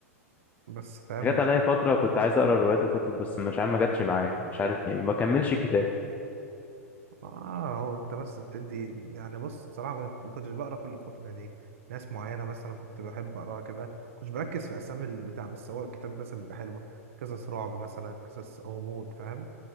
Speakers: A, on the right (about 60°); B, on the left (about 20°).
A: بس فاهم
B: انا جت عليا فتره كنت عايز اقرا روايات وكتب بس مش عارف ما جاتش معايا مش عارف ليه ما كملش الكتاب
A: اه هو انت بس بتدي يعني بص بصراحه ما كنت ما كنتش بقرا كل الكتب يعني ناس معينه مثلا كنت بحب اقراها كده كنتش بركز في اسامي البتاع بس هو الكتاب مثلا بيبقى حلو قصص رعب مثلا قصص غموض فاهم